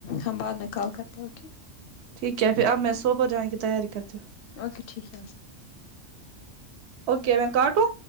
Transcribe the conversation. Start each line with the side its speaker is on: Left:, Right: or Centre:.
Left: ہم بعد میں کال کرتے اوکے
Right: ٹھیک ہے پھر اب میں صوبح جانے کی تیاری کرتی ہوں
Left: اوکے ٹھیک ہے
Right: اوکے میں کاٹوں